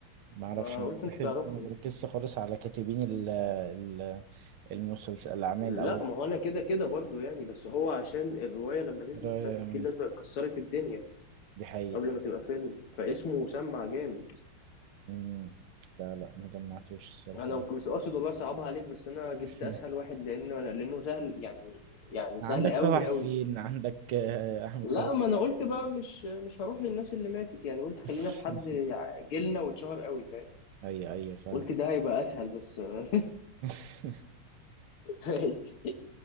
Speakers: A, on the right (about 80°); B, on the left (about 80°).
A: معرفش
B: آه
A: أنا
B: قلت انت
A: بحب
B: تعرفه
A: ما بركزش خالص على كاتبين ال ال المسلسل الاعمال
B: لا
A: او
B: ما
A: <laughs>
B: هو انا كده كده برضو يعني بس هو عشان الرواية لما نزلت
A: رأي
B: بتاعت
A: رمز
B: الفيل الازرق كسرت الدنيا
A: دي حقيقه
B: قبل ما تبقى فيلم فاسمه سمع جامد
A: مم. لا لا ما جمعتوش الصراحه
B: انا مش قاصد والله صعبها عليك بس انا
A: <laughs>
B: جبت اسهل واحد لانه لانه سهل يعني يعني
A: عندك
B: سهل
A: طه
B: قوي
A: حسين
B: قوي
A: عندك آه، احمد
B: لا
A: خالد
B: ما انا قلت بقى مش مش هروح للناس اللي ماتت يعني قلت خلينا
A: <laughs>
B: في حد جيلنا واتشهر قوي فاهم
A: ايوه ايوه فاهم
B: قلت ده هيبقى اسهل بس <laughs>
A: <laughs>
B: ماشي